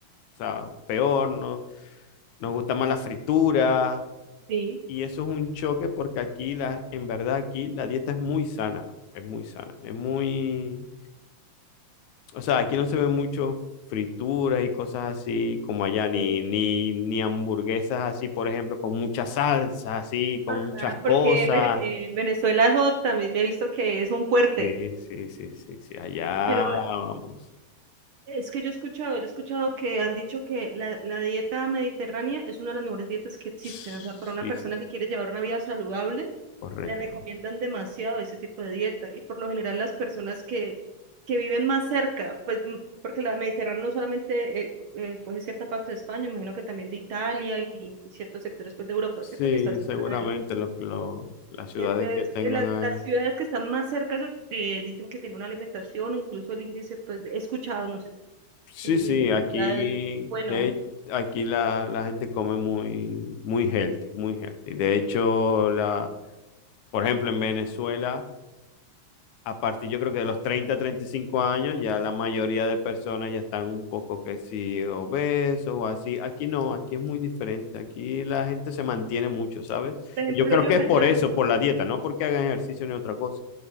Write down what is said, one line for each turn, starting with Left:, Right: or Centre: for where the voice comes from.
Left: o sea, peor, no, nos gusta más la fritura
Right: Sí.
Left: y eso es un choque porque aquí, la, en verdad, aquí la dieta es muy sana, es muy sana, es muy o sea, aquí no se ven mucho frituras y cosas así como allá, ni,
Right: Sí.
Left: ni, ni hamburguesas así, por ejemplo, con muchas salsas, así, con
Right: Ajá,
Left: muchas
Right: porque
Left: cosas.
Right: Ver- eh, Venezuela jo, también me he visto que es un fuerte,
Left: Sí, sí, sí, sí, sí, allá
Right: pero
Left: vamos.
Right: es que yo he escuchado, yo he escuchado que han dicho que la, la dieta mediterránea es una de las mejores dietas que existen,
Left: Sí,
Right: o sea, para una persona
Left: sí,
Right: que quiere llevar una vida saludable
Left: correcto.
Right: le recomiendan demasiado ese tipo de dieta y por lo general las personas que, que viven más cerca, pues m- porque la Mediterránea no solamente eh, eh, coge cierta parte de España, imagino que también de Italia y, y ciertos sectores pues, de Europa,
Left: Sí,
Right: ¿cierto? Que está cerca
Left: seguramente
Right: de él.
Left: los, los- las ciudades
Right: Y entonces,
Left: que tengan...
Right: eh, las, las
Left: eh,
Right: ciudades que están más cerca eh, dicen que tienen una alimentación, o incluso el índice, pues he escuchado, no sé si
Left: Sí,
Right: el índice
Left: sí,
Right: de
Left: aquí,
Right: obesidad es bueno.
Left: de- aquí la, la gente come muy, muy healthy, muy healthy. De hecho, la, por ejemplo, en Venezuela... a partir yo creo que de los treinta treinta y cinco años, ya la mayoría de personas ya están un poco que sí obesos o así. Aquí no, aquí es muy diferente. Aquí la gente se mantiene mucho, ¿sabes?
Right: Por ejemplo,
Left: Y yo creo
Right: yo
Left: que
Right: allá
Left: es por eso, por la dieta, no porque hagan ejercicio ni otra cosa.